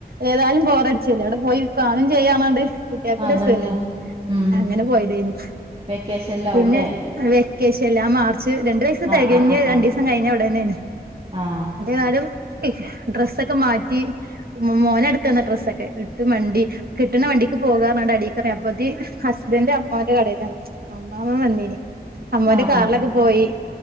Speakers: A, on the right; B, on the right.
A: ഏതായാലും ബോറടിച്ചില്ലേ അവിടെ പോയി കാണും ചെയ്യാന്നാണ്ട് കുട്ടികൾക്കും
B: അതന്നെ
A: രസല്ലേ
B: ഉം
A: അങ്ങനെ പോയതായി നു
B: വെക്കേഷനിലാവൂലേ
A: പിന്നെ വെക്കേഷൻല് ആ മാർച്ച് രണ്ടു വയസ്
B: ആഹ്
A: തികഞ്ഞ്
B: ആഹ്
A: രണ്ടു
B: ആഹ്
A: ദിവസം കഴിഞ്ഞ ഉടനെ യാണ്
B: ആഹ്
A: ഏതായാലും ഡ്രസ്സൊക്കെ മാറ്റി ഉമ്മമോന് എടുത്താണ് ഡ്രസ്സൊക്കെ ഇട്ട് മ ണ്ടി കിട്ടുന്ന വണ്ടിക്ക് പോകാന്ന് പറഞ്ഞ് കാണ്ട് അടീക് അപ്പോത്തി ഹസ്ബൻഡ് അമ്മോന്റെ കടയിലാണ് അമ്മാമ്മ വന്നീന് അമ്മോന്റെ
B: ആഹ് ആഹ്
A: കാറിലൊക്കെ
B: ആഹ്
A: പോയി